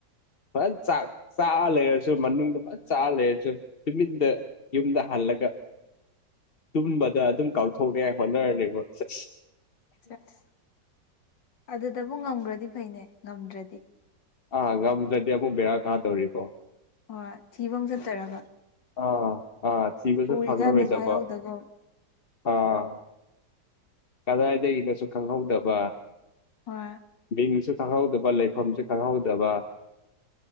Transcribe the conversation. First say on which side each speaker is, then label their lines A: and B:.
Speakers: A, on the left; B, on the left.
A: ꯐꯖ ꯆꯥ ꯂꯩꯔꯁꯨ ꯃꯅꯨꯡꯗ ꯐꯖ ꯆꯥ ꯂꯩꯔꯁꯨ ꯇꯨꯃꯤꯟꯗ ꯌꯨꯝꯗ ꯍꯜꯂꯒ ꯇꯨꯝꯕꯗ ꯑꯗꯨꯝ ꯀꯥꯎꯊꯣꯛꯅꯤꯉꯥꯏ ꯍꯣꯠꯅꯔꯅꯦꯕ ꯑꯁ
B: ꯁꯦꯁ ꯑꯗꯨꯗꯕꯨ ꯉꯝꯈ꯭ꯔꯗꯤ ꯐꯩꯅꯦ ꯉꯝꯗ꯭ꯔꯗꯤ
A: ꯑꯥ ꯉꯝꯗꯗꯤ ꯑꯃꯨꯛ ꯕꯦꯔ ꯀꯥ ꯇꯧꯔꯤꯀꯣ
B: ꯍꯣꯏ ꯊꯤꯕ ꯑꯃꯨꯛ ꯆꯠꯇꯣꯔꯕ
A: ꯑꯥ ꯑꯥ ꯊꯤꯕꯁꯨ
B: ꯎꯔꯤꯀꯥꯟꯗꯁꯨ
A: ꯐꯪꯂꯔꯣꯏꯗꯕ
B: ꯍꯥꯏꯍꯧꯗꯒꯨꯝ
A: ꯑꯥ ꯀꯗꯥꯏꯗꯒꯤꯅꯣꯁꯨ ꯈꯪꯍꯧꯗꯕ
B: ꯍꯣꯏ
A: ꯃꯤꯡꯁꯨ ꯈꯪꯍꯧꯗꯕ ꯂꯩꯐꯝꯁꯨ ꯈꯪꯍꯧꯗꯕ